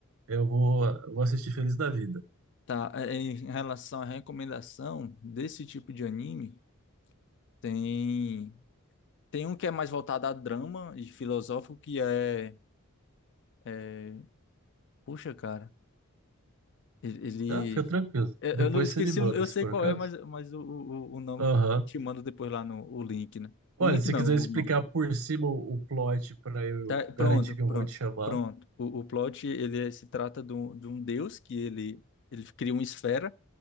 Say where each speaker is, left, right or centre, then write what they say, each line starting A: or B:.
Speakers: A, on the right; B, on the left.
A: eu vou, eu vou assistir Feliz da Vida.
B: Tá, é, em relação à recomendação desse tipo de anime, tem. Tem um que é mais voltado a drama e filosófico, que é, é... Puxa, cara, ele... ele-
A: Ah, fica tranquilo.
B: Eu
A: Depois
B: eu não esqueci,
A: você me manda,
B: o- eu
A: se
B: sei
A: for
B: qual
A: o caso.
B: é, mas, mas o, o, o nome
A: Aham.
B: eu te mando depois lá no o link, né?
A: Olha,
B: Um link
A: se você
B: não,
A: quiser
B: o
A: explicar
B: nome.
A: por cima o, o plot pra eu
B: Tá, pronto,
A: garantir que eu
B: pronto,
A: vou te chamar,
B: pronto. O, o plot, ele é- se trata de um, de um deus que ele, ele cria uma esfera